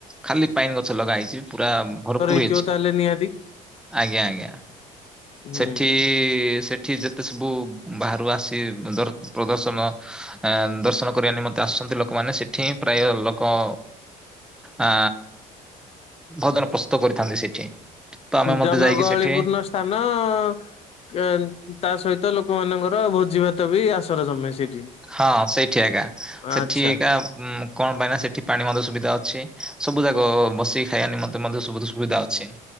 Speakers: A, in the centre; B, on the left.
A: ଖାଲି ପାଇନ୍ ଗଛ ଲଗା ହେଇଚି, ପୁରା ଭରପୁର୍
B: ବିକିବ ତାହେଲେ ନିହାତି?
A: ଆଜ୍ଞା ଆଜ୍ଞା,
B: ହୁଁ
A: ସେଠି ସେଠ୍ ଏଠି ଯେତେ ସବୁ, ବାହାରୁ ଆସି, ଦର ପ୍ରଦର୍ଶନ୍ ଆ ଦର୍ଶନ କରିବା ନିମନ୍ତେ ଆସନ୍ତି ଲୋକମାନେ, ସେଠିଁ ପ୍ରାୟ ଲୋକ ଆ ଭୋଜନ ପ୍ରସ୍ତୁତ କରିଥାନ୍ତି ସେଠି। ତ ଆମେ ମଧ୍ୟ
B: ଜନଗହଳି
A: ଯାଇକି ସେଠି
B: ପୂର୍ଣ୍ଣ ସ୍ଥାନ ଅ ଅ କେନ୍ ଉ ତା ସହିତ ଲୋକମାନଙ୍କର ଭୋଜିଭାତ ବି ଆସର ଜମେ ସେ
A: ହଁ ସେଇଠି ଆଜ୍ଞା ସେଠି
B: ଆଚ୍ଛା
A: ଏକା ଉଁ କଣ ପାଇଁ ନା ସେଠି ପାଣି ମଧ୍ୟ ସୁବିଧା ଅଛି ସବୁ ଯାକ ବସିକି ଖାଇବା ନିମନ୍ତେ ମଧ୍ୟ ସୁବିଧ ସୁବିଧା ଅଛି।